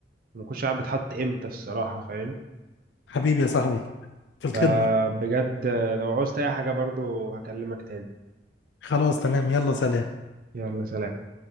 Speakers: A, on the right; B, on the left.
A: وما كنتش عارف بتحط امتى الصراحه فاهم
B: حبيبي يا صاحبي في الخدمه
A: فبجد آه، لو عوزت اي حاجه برضو هكلمك تاني
B: خلاص تمام يلا سلام
A: يلا سلام